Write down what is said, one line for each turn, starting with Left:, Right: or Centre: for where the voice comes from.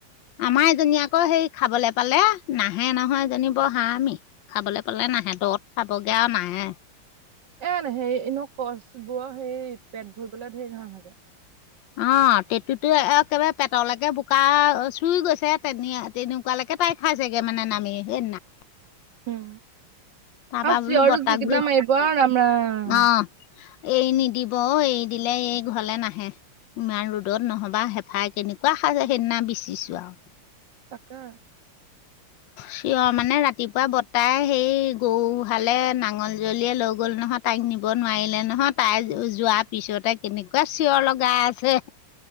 Left: আমাৰ এজনী আকৌ হেই খাবলৈ পালে নাহে নহয় এজনী বৰ হাৰামি। খাবলৈ পালে নাহে অ'ত খাবগে আৰু নাহে।
Right: এ হেৰী এনেও কছবোৰৰ সেই পেট ভৰিবলৈ ধেৰ ঘাঁহ লাগে।
Left: অ', টঁতুতো একেবাৰে পেটলৈকে বোকা চুই গৈছে তেনি তেনেকুৱালৈকে তাই খাই চগে মানে নামি সেই নাম
Right: উম,
Left: তাৰপৰা
Right: আৰু চিঞৰও
Left: বোলো বৰ্তাক
Right: যি কেইটা
Left: বোলো
Right: মাৰিব আৰু ৰাম ৰাম।
Left: অঁ এৰি নিদিব অ', এৰি দিলে এই ঘৰলে নাহে। ইমান ৰ'দত নহবা হেফাই কেনেকুৱা খাই সেইদিনা বিচিছো আৰু।
Right: তাকে।
Left: চিঞৰ মানে ৰাতিপুৱা বৰতাই সেই গৰু হালে নাঙল জুৱলিয়ে লৈ গ'ল নহয়। তাইক নিব নোৱাৰিলে নহয় তাই যোৱাৰ পিছতে কেনেকুৱা চিঞৰ লগাই আছে।